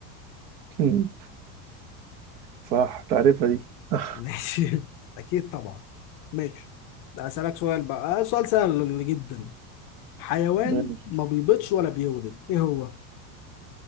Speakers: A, on the right (about 60°); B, on the left (about 45°).
A: مم. صح تعرفها دي آه،
B: ماشي <laughs> اكيد طبعا ماشي ده اسألك سؤال بقى آه، سؤال سهل جدا حيوان
A: ماشي.
B: ما بيبيضش ولا بيولد ايه هو